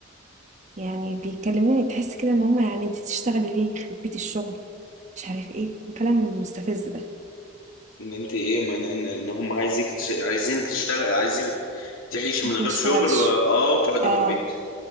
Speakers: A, on the right; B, on the left.
A: يعني بيكلموني تحس كده ان هما يعني انت تشتغلي ليه يخرب بيت الشغل مش عارف ايه الكلام المستفز ده
B: ان انت ايه ما- ان ان ان هم عايزيك تش... عايزينك تشتغل عايزينك تعيشي
A: ما
B: من غير
A: اشتغلش
B: شغل و... اه وتقعدي
A: اه
B: في البيت